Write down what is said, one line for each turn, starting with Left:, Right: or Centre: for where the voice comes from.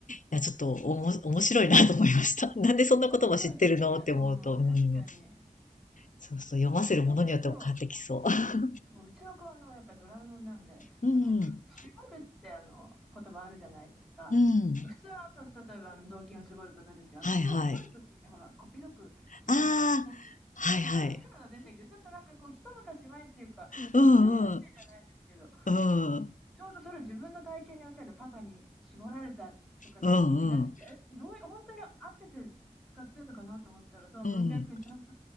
Left: や、ちょっとおも、面白いなと思いました。<laughs> なんでそんなことも知ってるのって思うと、
Centre: 面白いですね。うんうん。
Left: うん。
Centre: 確かに。
Left: そうそう、読ませるものによっても変わってきそう。
Centre: それで言うと、
Left: <laughs>
Centre: そう、うちの子はあの、やっぱりドラえもんなんで、
Left: うん、
Centre: あの、絞るってあの、言葉あるじゃないですか。
Left: うん。
Centre: 普通はあの、例えばあの、雑巾を絞るとかですけど、
Left: はいはい。
Centre: あの、人を怒るときにほら、こっぴどく絞るとか、
Left: あ
Centre: 先
Left: あ、はいはい。
Centre: なんかそういうのが出てきて、ちょっとなんかこう、一昔前っていうか、
Left: うんうん。
Centre: 奥ゆかしいじゃないですけど、
Left: うん、うん
Centre: ちょうどそれを自分の体験に置き換えて、パパに絞られたとかって言い出して、
Left: うん。
Centre: え、どういう、本当に合ってて使ってるのかなと思ったら、その文脈にちゃんと
Left: うん。